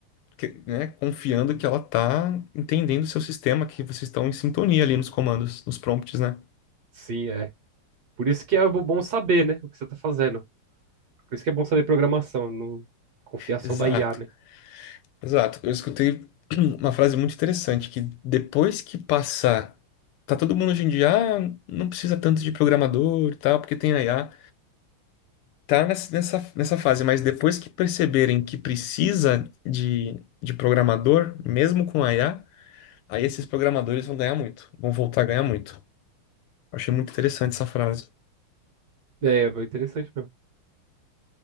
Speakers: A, on the left; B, on the right.
A: que- né, confiando que ela tá entendendo o seu sistema, que vocês estão em sintonia ali nos comandos, nos prompts, né?
B: Sim, é. Por isso que é bo- bom saber, né? O que você tá fazendo. Por isso que é bom saber programação, não confiar só
A: Exato.
B: na IA, né?
A: Exato. Eu escutei <clears throat> uma frase muito interessante que depois que passar, tá todo mundo hoje em dia, ah, não precisa tanto de programador e tal, porque tem a IA. Tá nessa, nessa, nessa fase, mas depois que perceberem que precisa de, de programador, mesmo com a IA, aí esses programadores vão ganhar muito, vão voltar a ganhar muito. Eu Achei muito interessante essa frase,
B: É, é interessante mesmo.